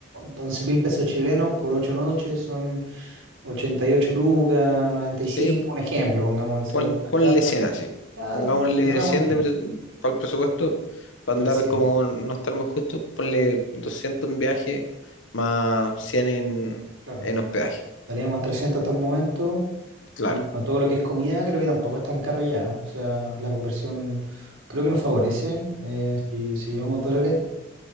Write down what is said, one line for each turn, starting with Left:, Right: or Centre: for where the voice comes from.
Right: once mil pesos chilenos por ocho noches, son 88 lucas, noventa
Left: sí,
Right: y cinco, un ejemplo, pongamos que sea
Left: pon-
Right: algo más
Left: ponle
Right: caro.
Left: 100 así.
Right: Ya
Left: Pongámosle Ujú.
Right: cerramos
Left: 100
Right: en 100,
Left: para el presupuesto, para
Right: 300,
Left: andar como no estar muy justo, ponle 200 en viaje más 100 en,
Right: claro.
Left: en hospedaje.
Right: Estaríamos a 300 hasta el momento.
Left: Claro.
Right: Y bueno, todo lo que es comida creo que tampoco es tan caro allá O sea, la conversión creo que nos favorece eh, si, si llevamos dólares.